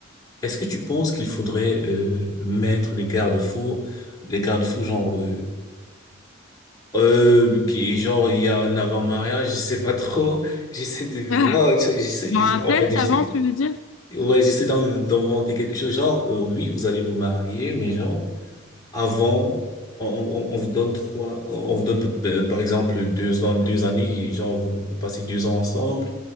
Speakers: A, on the left; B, on the left.
A: est-ce que tu penses qu'il faudrait euh, mettre des garde-fous, des garde-fous genre, euh, euh, qui, genre, il y a un avant-mariage, je sais pas trop, <laughs> j'essaie de
B: <laughs>
A: voir, ça, j'essaie,
B: Genre un
A: en
B: test
A: fait, j'essaie,
B: avant, tu veux dire?
A: ouais, j'essaie d'en- d'inventer quelque chose, genre, euh, oui, vous allez vous marier, mais genre. Avant, on, on, on vous donne trois, on vous donne peut- par exemple deux ans, deux années, et genre vous, vous passez deux ans ensemble,